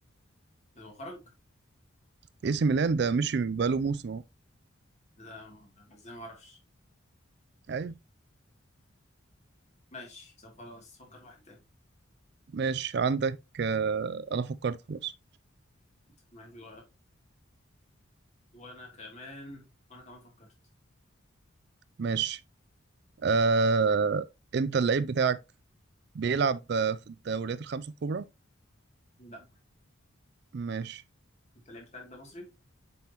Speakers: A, on the left (about 35°); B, on the right (about 55°).
A: هو خرج
B: اي سي ميلان ده مشي بقاله موسم اهو
A: إيه ده م- ازاي ما اعرفش
B: ايوه
A: ماشي طب خلاص فكر في واحد
B: ماشي عندك آه انا فكرت خلاص
A: تاني وانا كمان وانا كمان فكرت
B: ماشي آه انت اللعيب بتاعك بيلعب آه، في الدوريات الخمسة الكبرى
A: لا
B: ماشي
A: انت اللعيب بتاعك ده مصري